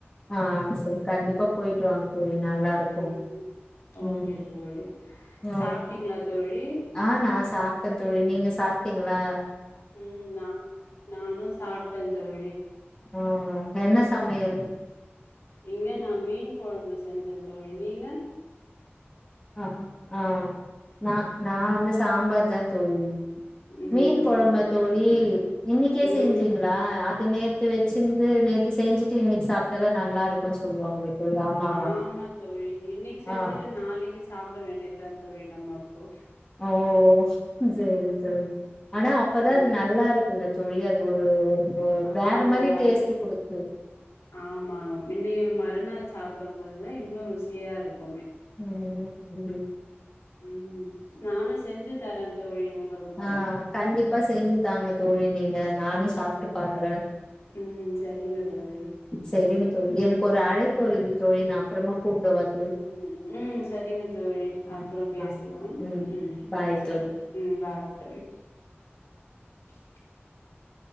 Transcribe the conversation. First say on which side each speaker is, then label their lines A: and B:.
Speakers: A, on the left (about 20°); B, on the left (about 85°).
A: ஆஹ் செரி கண்டிப்பா போய்ட்டு வாங்க தோழி நல்லாருக்கு
B: ம் ஓகே
A: உம்
B: தோழி
A: நா
B: சாப்ட்டீங்களா தோழி
A: ஆஹ் நா சாப்ட்டே தோழி நீங்க சாப்ட்டீங் களா
B: உம் நா நானு சாப்ட்டேத் தோழி
A: உம் என்ன சமையல்
B: இங்க நா மீன் கொழம்பு செஞ்சே தோழி நீங்க
A: ஆஹ் ஆஹ் நா நா வந்து சாம்பார் தா தோழி
B: ம்
A: மீன் கொழம்பா
B: சரிங்க
A: தோழி இன்னைக்கே
B: ம்
A: செஞ்சீங்களா அத நேத்து வெச்சிருந்து நேத்து செஞ்சு சு இன்னைக்கு சாப்ட்டாதா நல்லா இருக்குன் சொல்லுவாங்களே தோழி ஆமாவா
B: ஆமா தோழி இன்னிக்கு செஞ்சுட்டு
A: ஆ
B: நாளிக்கு சாப்ட வேண்டியதுதா தோழி நம்ம அப்போ
A: ஓ சேரி தோழி ஆனா அப்பதா
B: ம்
A: அது நல்லா இருக்குல்ல தோழி அது ஒரு வந்து
B: ஆமா
A: வேற மாரி
B: தோழி அது
A: டேஸ்ட்டு குடுக்கு
B: ஆமா <unintelligible> மறுநாள் சாப்பிடும் போதுதா இன்னொரு ருசியா இருக்குமே
A: உம் உம்
B: உம் நானும் செஞ்சு தர தோழி உங்களுக்கு
A: ஆஹ் கண்டிப்பா செஞ்சு தாங்க தோழி நீங்க நானும் சாப்பிட்டு பாக்குற
B: உம் செரிங்க தோழி
A: செரிங்க எனக்கு ஒரு அழைப்பு வருது தோழி நா அப்புறமா கூப்புடவ
B: உம் உம் செரிங்க தோழி அப்புறம்
A: ம்
B: பேசலாம்
A: ஆ ம்
B: உம்
A: பாய்
B: செரி
A: தோழி
B: உம் பாய் <unintelligible>